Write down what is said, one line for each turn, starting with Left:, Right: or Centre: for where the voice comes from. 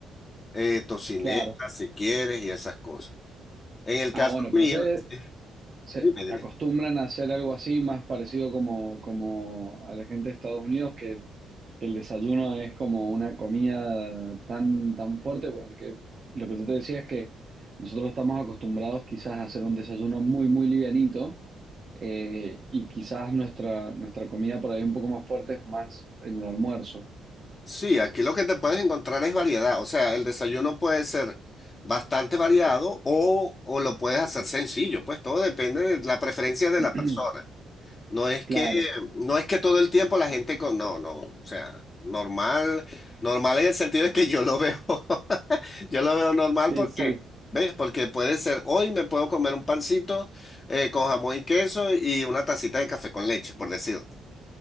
Left: eh, tocineta
Right: Claro.
Left: si quieres y esas cosas. En el
Right: Ah,
Left: caso
Right: bueno, pero
Left: mío,
Right: ustedes
Left: sí,
Right: se
Left: dime, dime.
Right: acostumbran a hacer algo así, más parecido como, como a la gente de Estados Unidos, que, el que el desayuno es como una comida tan, tan fuerte, porque lo que yo te decía es que nosotros estamos acostumbrados quizás a hacer un desayuno muy, muy livianito, eh, y quizás nuestra, nuestra comida por ahí un poco más fuerte es más en el almuerzo.
Left: Sí, aquí lo que te puedes encontrar es variedad, o sea, el desayuno puede ser bastante variado o, o lo puedes hacer sencillo, pues todo depende de la preferencia de
Right: <clears throat>
Left: la persona. No es
Right: Claro,
Left: que, no es que todo el tiempo la gente con, no, no, o sea, normal, normal en el sentido de que yo lo veo, <laughs> yo lo veo normal
Right: sí,
Left: porque,
Right: sí,
Left: ¿ves? Porque puede ser, hoy me puedo comer un pancito eh, con jamón y queso y una tacita de café con leche, por decirte.